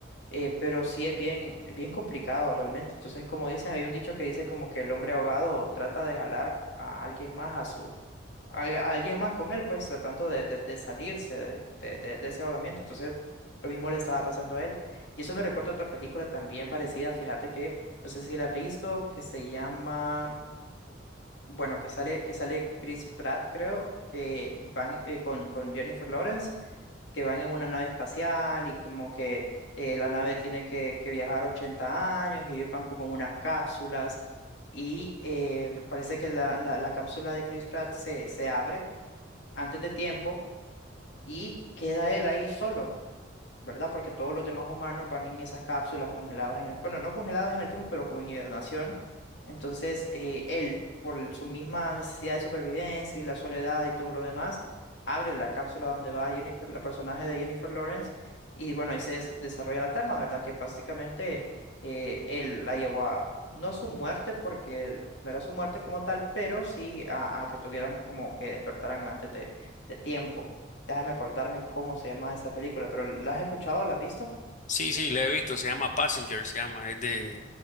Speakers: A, on the left; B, on the left.
A: Eh, pero sí es bien, bien complicado realmente. Entonces, como dicen, hay un dicho que dice como que el hombre ahogado trata de jalar a alguien más a su, a, a alguien más con él, pues tratando de, de- de salirse de, de- de- de ese ahogamiento. Entonces, lo mismo le estaba pasando a él. Y eso me recuerda a otra película también parecida, fíjate que, no sé si la has visto, que se llama, bueno, que sale, que sale Chris Pratt, creo, que van eh, con, con Jennifer Lawrence que van en una nave espacial y como que eh, la nave tiene que, que viajar 80 años y ellos van como en unas cápsulas y eh, parece que la, la- la cápsula de Chris Pratt se, se abre antes de tiempo y queda él ahí solo. ¿verdad? Porque todos los demás humanos van en esas cápsulas congeladas en el, bueno, no congeladas en el tiempo, pero como en hibernación. Entonces, eh, él, por el- su misma necesidad de supervivencia y la soledad y todo lo demás, abre la cápsula donde va Jennifer, la personaje de Jennifer Lawrence, y bueno, ahí se des- desarrolla la trama, ¿verdad? Que básicamente eh, él la llevó a, no a su muerte, porque no era su muerte como tal, pero sí a, a que tuvieran como que despertaran antes de de tiempo. Déjame acordarme cómo se llama esa película, pero ¿la has escuchado? ¿La has visto?
B: Sí, sí, la he visto, se llama Passenger, se llama, es de,